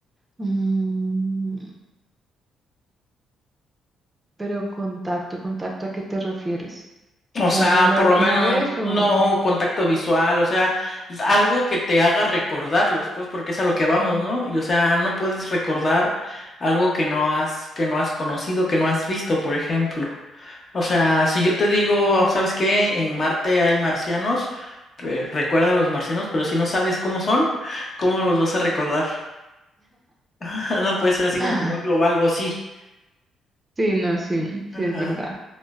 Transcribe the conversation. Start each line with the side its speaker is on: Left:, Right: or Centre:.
Right: mm, pero contacto, contacto, ¿a qué te refieres?
Left: O
Right: ¿Que
Left: sea,
Right: haya hablado
Left: por
Right: alguna
Left: lo menos
Right: vez
Left: no
Right: o...?
Left: contacto visual, o sea, algo que te haga recordarlos, pues, porque es a lo que vamos, ¿no? Y o sea, no puedes recordar algo que no has, que no has conocido, que no has visto, por ejemplo. O sea, si yo te digo, ¿sabes qué? En Marte hay marcianos, pe- recuerda a los marcianos, pero si no sabes cómo son, ¿cómo los vas a recordar? <laughs> No puede ser así
Right: Ah,
Left: como que muy global, o sí.
Right: sí, no, sí,
Left: Ajá,
Right: sí es verdad.